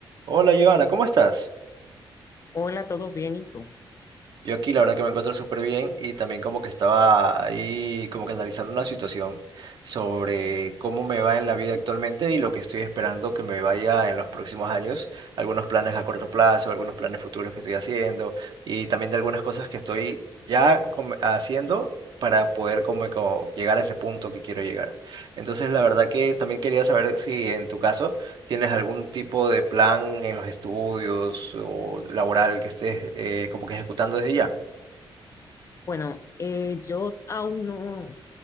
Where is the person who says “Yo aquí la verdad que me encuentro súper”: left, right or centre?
Right